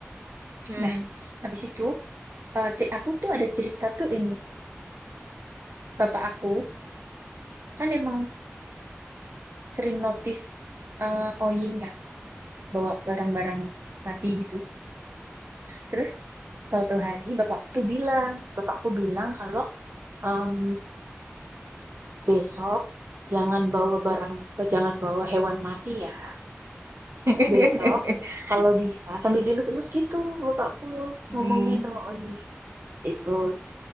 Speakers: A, on the right; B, on the right.
A: Mm.
B: Nah, habis itu eh, ce- aku tuh ada cerita tuh ini. Bapak aku kan emang sering notice eh, Oyin kan, bawa barang-barang mati gitu. Terus suatu hari bapakku tuh bilang, bapakku bilang kalau em, besok jangan bawa barang, jangan bawa hewan mati ya.
A: <laughs>
B: Besok kalau bisa sambil dilus-lus gitu bapakku
A: Mm.
B: ngomongnya sama Oyin. Dilus-lus.